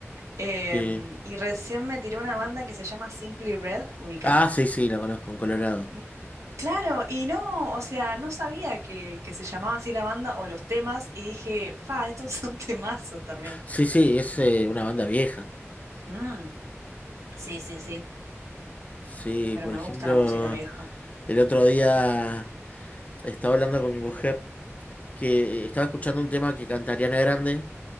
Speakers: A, on the right; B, on the left.
A: Em,
B: Sí.
A: y recién me tiró una banda que se llama Simply Red, ¿ubicás?
B: Ah, sí, sí, la conozco en Colorado.
A: Mm, Claro, y no, o sea, no sabía que, que se llamaba así la banda o los temas, y dije, fa, estos son <laughs> temazos también.
B: Sí, sí, es eh, una banda vieja.
A: Mm, sí, sí, sí,
B: Sí,
A: pero
B: por
A: me
B: ejemplo,
A: gusta la música vieja.
B: el otro día estaba hablando con mi mujer que estaba escuchando un tema que canta Ariana Grande